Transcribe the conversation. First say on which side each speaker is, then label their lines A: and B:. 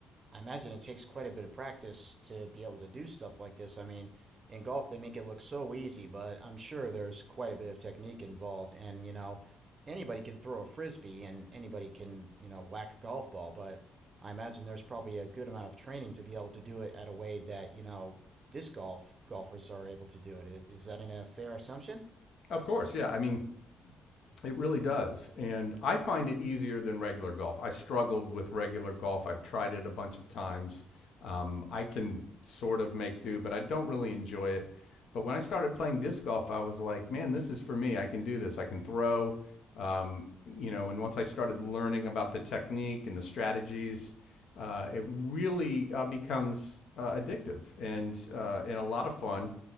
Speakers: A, on the right (about 35°); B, on the left (about 65°).
A: I imagine it takes quite a bit of practice to be able to do stuff like this. I mean, in golf, they make it look so easy, but I'm sure there's quite a bit of technique involved. And, you know, anybody can throw a frisbee and anybody can, you know, whack a golf ball, but I imagine there's probably a good amount of training to be able to do it at a way that, you know, disc golf golfers are able to do it. Is that an, a fair assumption?
B: Of course, yeah. I mean, It really does. And I find it easier than regular golf. I struggled with regular golf. I've tried it a bunch of times. Um, I can sort of make do, but I don't really enjoy it. But when I started playing disc golf, I was like, man, this is for me. I can do this. I can throw. Um, you know, and once I started learning about the technique and the strategies, uh, it really uh, becomes uh, addictive and uh, and a lot of fun